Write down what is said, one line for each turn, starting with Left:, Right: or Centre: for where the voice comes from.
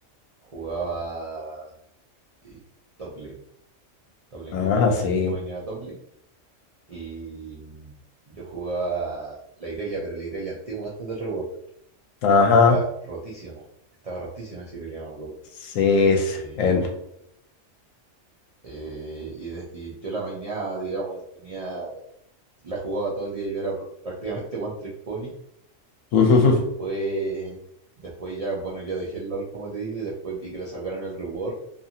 Right: jugaba eh, top lane. Top lane.
Left: Ajá,
Right: Yo mainea-
Left: sí.
Right: yo maineaba top lane y mm, yo jugaba la Irelia, pero la Irelia antigua antes del rework,
Left: Ajá.
Right: que estaba rotísima. Estaba rotísima esa Irelia, me acuerdo.
Left: Sí, sí.
Right: Eh,
Left: en-
Right: eh, y, de- y yo la maineaba, digamos, tenía, la jugaba todo el día. Yo era pr- prácticamente One Trick Pony.
Left: <laughs> Ujú,
Right: Y después, después ya, bueno, yo dejé el LOL, como te digo, y después vi que le sacaron el rework.